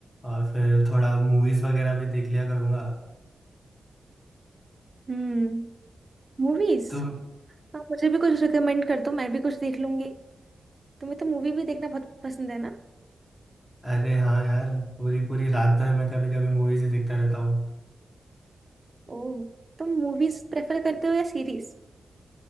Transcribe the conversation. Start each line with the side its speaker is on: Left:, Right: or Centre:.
Left: और फिर थोड़ा मूवीज़ वगैरह भी देख लिया करूँगा
Right: हम्म मूवीज
Left: तो
Right: हाँ मुझे भी कुछ रिकमेंड कर दो मैं भी कुछ देख लूंगी तुम्हें तो मूवी भी देखना बहुत पसंद है ना
Left: अरे हाँ यार पूरी पूरी रात भर मैं कभी कभी मूवीज़ ही देखता रहता हूँ।
Right: ओह तुम मूवीज प्रेफर करते हो या सीरीज